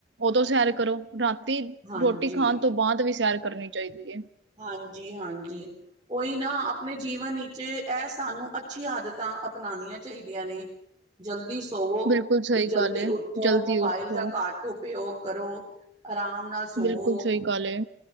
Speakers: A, on the right (about 85°); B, on the right (about 25°).
A: ਉਦੋਂ ਸੈਰ ਕਰੋ। ਰਾਤੀ
B: ਹਾਂਜੀ,
A: ਰੋਟੀ ਖਾਣ ਤੋਂ ਬਾਅਦ ਵੀ ਸੈਰ ਕਰਨੀ ਚਾਹੀਦੀ ਹੈ।
B: ਹਾਂਜੀ, ਹਾਂਜੀ ਉਹੀ ਨਾ ਆਪਣੇ ਜੀਵਨ ਵਿੱਚ ਐ ਸਾਨੂੰ ਅੱਛੀ ਆਦਤਾਂ ਅਪਣਾਉਣੀਆਂ ਚਾਹੀਦੀਆਂ ਨੇ ਜਲਦੀ ਸੋਵੋ
A: ਬਿਲਕੁਲ ਸਹੀ
B: ਤੇ ਜਲਦੀ
A: ਗੱਲ ਏ,
B: ਉਠੋ
A: ਜਲਦੀ
B: ਮੋਬਾਇਲ
A: ਉੱਠੋ,
B: ਦਾ ਘਟ ਉਪਯੋਗ ਕਰੋ। ਆਰਾਮ ਨਾਲ ਸੋਵੋ।
A: ਬਿਲਕੁਲ ਸਹੀ ਗੱਲ ਹੈ।